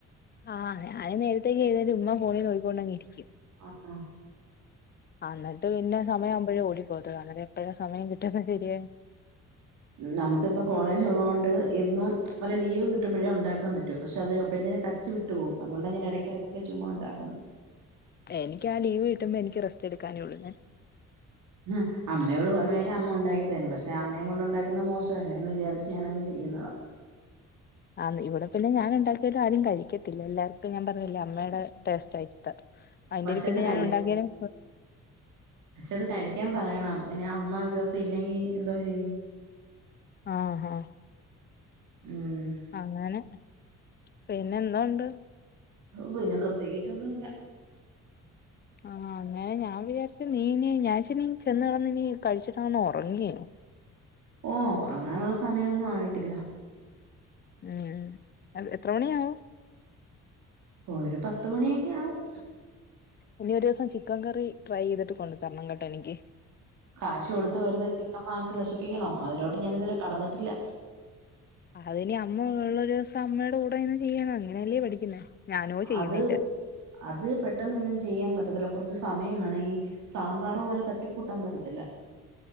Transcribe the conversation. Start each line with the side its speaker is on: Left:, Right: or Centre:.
Left: ആഹ് ഞാൻ നേരത്തെ എഴുന്നട്ട് ഉമ്മ ഫോണിൽ നോക്കിക്കൊണ്ടങ്ങി ഇരിക്കും
Right: അ ആഹ്
Left: അന്നട്ട് പിന്നെ സമയാവുമ്പഴേ ഓടിപ്പോത് അങ്ങനെ എപ്പോഴാ സമയം കിട്ടുന്നത് ശരിയേ
Right: നമുക്കിപ്പ കോളേജ് ഉള്ളുണ്ട് ഇന്നും നല്ല ലീവും കിട്ടുമ്പോഴേ ഉണ്ടാക്കാൻ പറ്റു പക്ഷെ അത് അപ്പയെക്ക് ടച്ച് വിട്ട് പോവും അതൊണ്ട ഞാൻ ഇടക്കിടക്ക ചുമ്മാ ഉണ്ടാക്കുന്നത്
Left: എനിക്ക് ആ ലീവ് കിട്ടുമ്പോ എനിക്ക് റെസ്റ്റ് എടുക്കാനേ ഉള്ളൂ
Right: ഉം അമ്മയോട് പറഞ്ഞാ കഴിഞ്ഞാൽ അമ്മ ഉണ്ടാക്കി തരും പക്ഷെ അമ്മയെ കൊണ്ട് ഉണ്ടാക്കുന്ന മോശ അല്ലന്ന് വിചാരിച്ച് ഞാനങ്ങ് ചെയ്യുന്നതാ
Left: ആഹ് ഇവിടെ പിന്നെ ഞാൻ ഉണ്ടാക്കിയ ഒരു ആരും കഴിക്കത്തില്ല എല്ലാവർക്കും ഞാൻ പറഞ്ഞില്ലേ അമ്മടെ ടേസ്റ്റ് ആയി അയ്ന്റെ
Right: പക്ഷെ
Left: പിന്നെ
Right: അത് കഴി
Left: ഞാൻ ഉണ്ടാക്കിയാലും
Right: പക്ഷെ അത്
Left: കഴിക്കാൻ
Right: പറയണം
Left: <unintelligible>
Right: പിന്നെ അമ്മ ഒരു ദിസം ഇല്ലെങ്കി എന്തോ ചെയ്യും
Left: ആഹ് ആഹ്
Right: മ്മ്
Left: അങ്ങനെ പിന്നെ എന്നൊണ്ട്
Right: പിന്നെ പ്രത്യേകിച്ചൊന്നുംല്ല
Left: ആഹ് അങ്ങനെ ഞാൻ വിചാരിച്ച നീ ഞാൻ ഞ്ഞാശനി ചെന്ന്കളഞ് കഴിച്ചിട്ടാന്ന് ഉറങ്ങിയോ
Right: ഓ ഉറങ്ങാനുള്ള സമയമൊന്നും ആയിട്ടില്ല
Left: ഉം എത്ര മണിയാവും
Right: ഓരു പത്ത് മണിയൊക്കെ ആവും
Left: ഇനി ഒരു ദിവസം ചിക്കൻ കറി ട്രൈ ചെയ്തിട്ട് കൊണ്ട്ു തരണം കേട്ടോ എനിക്ക്
Right: കാശ് കൊടുത്ത് വെറുത ചിക്കൻ വങ്ങിച്ച് നശിപ്പിക്കണോ അതിനോട്ട് ഞാൻ ഇതുവരെ കടന്നിട്ടില്ല
Left: അത് ഇനി അമ്മ ഉള്ള ഒരു ദിവസം അമ്മയുടെ കൂടെ ഇന്ന് ചെയ്യണം അങ്ങനെയല്ലേ പഠിക്കുന്നേ ഞാനോ ചെയ്യുന്നില്ല
Right: അത് അത് പെട്ടെന്നൊന്നും ചെയ്യാൻ പറ്റത്തില്ല കുറച്ചു സമയമാണ് ഈ സാമ്പാർ പോലെ തട്ടിക്കൂട്ടാൻ പറ്റത്തില്ല